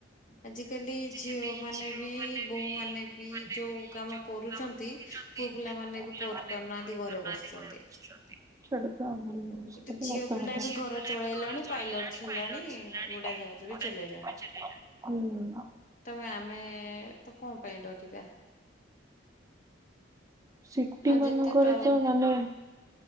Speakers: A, on the left; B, on the right.
A: ଆଜିକାଲି
B: ଆଜି
A: ଝିଅ
B: କାଲି
A: ମାନେ
B: ଝିଅ
A: ବି
B: ମାନେ
A: ବୋହୂ
B: ବି
A: ମାନେ ବି
B: ମାନେ
A: ଯୋଉ
B: ବି
A: କାମ
B: ଯୋଉ
A: କରୁଛନ୍ତି
B: କାମ କରୁଛ ନ୍ତୀ,
A: ପୁଅ ପିଲା ମାନେ
B: ପୁଅ
A: ବି
B: ପିଲାମାନେ
A: କରିପାରୁନାହାନ୍ତି
B: କରିପାରୁ
A: ଘରେ ବସୁଛନ୍ତି।
B: ନାହାନ୍ତି, ଘରେ ବସୁଛନ୍ତି। ସେଇଟା ତ ଆମର
A: ଆଉ ଗୋଟେ
B: ସେଟା ସତ
A: ଝିଅ ପିଲା
B: କଥା
A: ବି
B: ଝିଅ
A: ଘର
B: ପିଲା
A: ଚଳେଇଲାଣି
B: ବି ଘର ଚଳେଇଲାଣି
A: ପାଇଲଟ ହେଲାଣି
B: ପାଇଲଟ ହେଲାଣି।
A: ଉଡା ଜାହାଜ
B: ହୁଁ।
A: ବି ଚଲେଇଲାଣି। ତମେ ଆମେ ତ କଣ ପାଇଁ ଡରିବା।
B: ସିଟି
A: ଆଉ
B: ମାନଙ୍କରେ
A: ଯେତେ ଟ
B: ତ ମାନେ